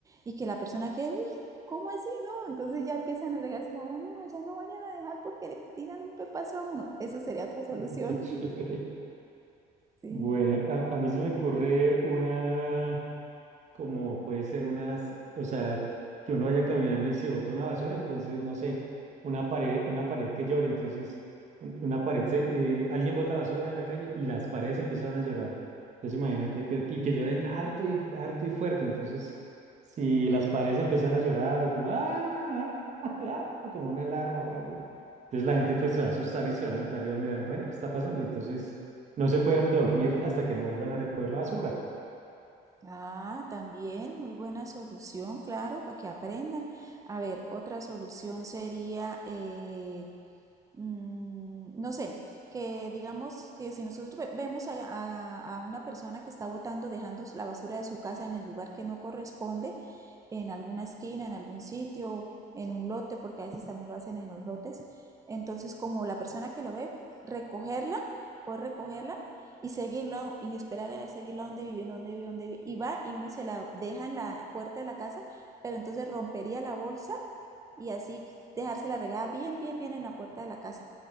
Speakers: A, on the right; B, on the right.
A: Y que la persona que, uy, ¿cómo así? No, entonces ya empiezan a regarse la hora, no, allá no vayan a dejar porque le tiran un pepazo a uno. Esa sería otra solución.
B: <laughs> Está chévere.
A: <laughs> sí.
B: Bueno, a, a mí se me ocurre una. como puede ser unas, o sea, que que uno vaya caminando y se bota una basura, entonces, no sé, una pared, una pared que llore, entonces, un- una pared, se- eh, alguien bota basura en la calle y las paredes empiezan a llorar. Entonces, imagínate que, y que lloren harto y, harto y fuerte, entonces, si las paredes empiezan a llorar o como, ¡ah! ah, ah", como una alarma o algo, entonces la gente pues se va a asustar y se va a levantar y va a mirar, bueno, ¿qué está pasando? Entonces, no se pueden dormir hasta que no vuelvan a recoger la basura.
A: Ah, también, muy buena solución, claro, para que aprendan. A ver, otra solución sería eh, Mm, no sé, que digamos que si nosotros ve- vemos a, a- a una persona que está botando, dejando la basura de su casa en el lugar que no corresponde, en alguna esquina, en algún sitio, en un lote, porque a veces también lo hacen en los lotes, entonces como la persona que lo ve, recogerla, puede recogerla y seguirlo y esperar a ver, seguirlo a donde vive, dónde vive, dónde vive, y va y uno y se la deja en la puerta de la casa, pero entonces rompería la bolsa y así dejarse la regada bien, bien, bien en la puerta de la casa,